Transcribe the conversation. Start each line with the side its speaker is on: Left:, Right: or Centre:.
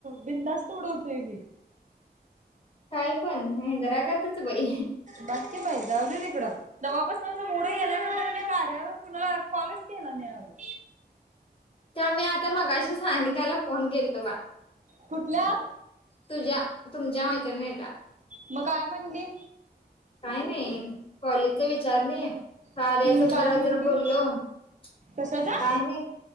Right: बिंदास्त उडवतोय मी
Left: काय पण हेंद रागातच बाई
Right: बाकीकी बाई जाऊ ना तिकडं जव्हापासूनझ मुडं गेल्यानंतर मी कार्यावर कुणाला कॉलेज केला नाहीग
Left: त्या मी आता मगाशी स्थहानिकायला फोन केल तो बा
Right: कुठल्या?
Left: तुझ्या तुमच्या मैत्रिणी रा
Right: मग काय म्हणली.
Left: काही नाही कॉलेजचा विचारले. का्याच
Right: हम्म काय
Left: बरा
Right: म्हणली
Left: जरा बोललो काय
Right: कशाचा
Left: नाही.